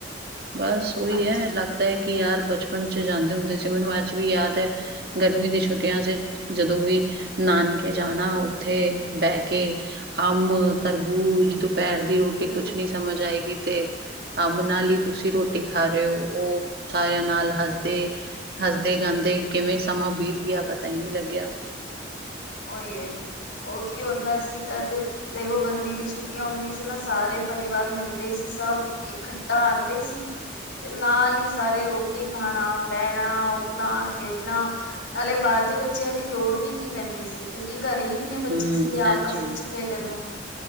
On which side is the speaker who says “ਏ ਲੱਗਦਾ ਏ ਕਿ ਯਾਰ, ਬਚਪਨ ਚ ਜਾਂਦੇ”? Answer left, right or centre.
Right